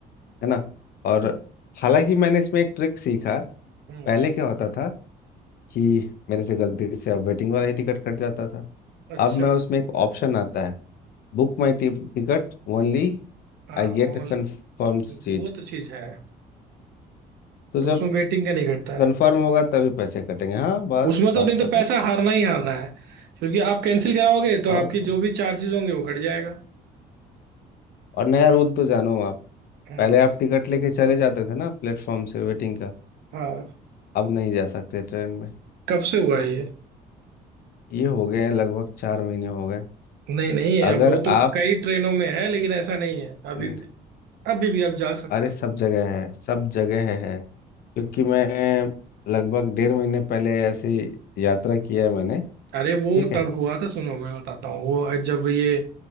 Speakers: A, on the left (about 65°); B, on the right (about 75°).
A: है ना और
B: <laughs>
A: हालांकि मैंने इसमें एक ट्रिक सीखा
B: हम्म
A: पहले क्या होता था कि मेरे से गलती से अब वेटिंग वाला ही टिकट कट जाता था
B: अच्छा
A: अब मैं उसमें एक ऑप्शन आता है book my ticket only
B: हाँ
A: I get a
B: ऑन
A: confirm seat
B: वो तो चीज है
A: तो
B: तो
A: जब
B: उसमें वेटिंग का नहीं घटता
A: कंफर्म
B: है
A: होगा तभी पैसे कटेंगे हाँ बस
B: उसमें तो
A: बात
B: नहीं तो
A: खत्म
B: पैसा हारना ही हारना है क्योंकि आप कैंसिल कराओगे तो
A: और
B: आपकी
A: क्या
B: जो भी चार्जेस होंगे वो कट जाएगा
A: और नया रूल तो जानो आप
B: हम्म,
A: पहले आप टिकट लेके चले जाते थे ना प्लेटफॉर्म से वेटिंग का
B: हाँ
A: अब नहीं जा सकते ट्रेन में
B: कब से हुआ है ये
A: ये हो गए हैं लगभग चार महीने हो गए
B: नहीं नहीं है
A: अगर
B: वो तो
A: आप
B: कई ट्रेनों में है लेकिन ऐसा नहीं है अभी
A: न-
B: अभी भी आप जा सकते
A: अरे
B: हो
A: सब जगह है सब जगह है क्योंकि मैं लगभग डेढ़ महीने पहले ऐसी यात्रा किया है मैंने
B: अरे वो
A: ठीक है
B: तब हुआ था सुनो मैं बताता हूँ वो जब ये